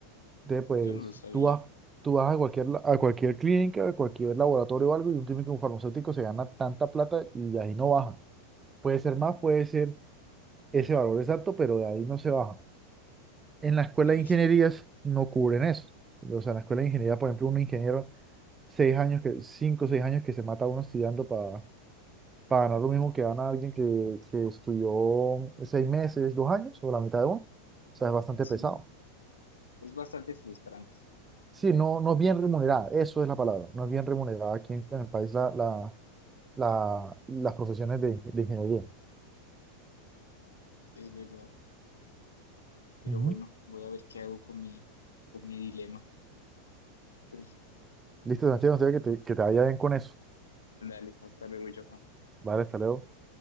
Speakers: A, on the right (about 20°); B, on the left (about 75°).
A: Entonces, pues
B: yo no lo sabía,
A: tú vas, tú vas a cualquier, la- a cualquier clínica, a cualquier laboratorio o algo, y un químico farmacéutico se gana tanta plata y ahí no baja. Puede ser más, puede ser ese valor exacto, pero de ahí no se baja. En la escuela
B: Debí.
A: de ingenierías no cubren eso. O sea, en la escuela de ingeniería, por ejemplo, un ingeniero seis años que, cinco o seis años que se mata uno estudiando para ganar lo mismo que gana alguien que, que estudió seis meses, dos años o la mitad de uno. O sea, es bastante
B: Sí,
A: pesado.
B: es bastante frustrante,
A: Sí, no, no es bien remunerada, eso es la palabra. No es bien remunerada aquí en, en el país la, la, la- las profesiones de, de ingeniería.
B: es verdad. Pero
A: Ujú.
B: bueno, voy a ver qué hago con mi, con mi dilema. Entonces,
A: Listo, Santiago, no sé que te, que te vaya bien con eso.
B: dale, hasta luego, Johan.
A: Vale, hasta luego.